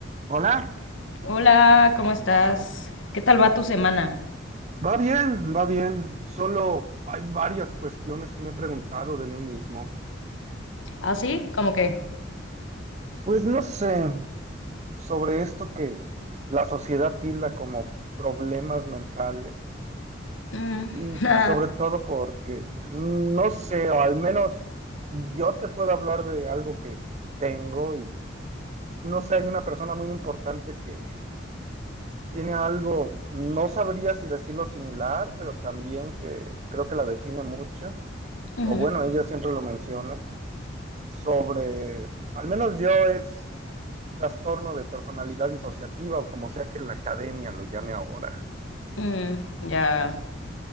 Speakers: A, on the right; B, on the left.
A: Hola,
B: Hola, ¿cómo estás? ¿Qué tal va tu semana?
A: va bien, va bien. Solo hay varias cuestiones que me he preguntado de mí mismo.
B: ¿Así? ¿Cómo que?
A: Pues no sé, sobre esto que la sociedad tilda como problemas mentales.
B: Mm,
A: Y
B: <laughs> ah,
A: sobre todo porque, no sé, o al menos yo te puedo hablar de algo que tengo y no sé, hay una persona muy importante que tiene algo, no sabría si decirlo similar, pero también que creo que la define mucho.
B: ujú,
A: o bueno, ella siempre lo menciona, sobre, al menos yo es trastorno de personalidad disociativa o como sea que la academia lo llame ahora.
B: mm, ya.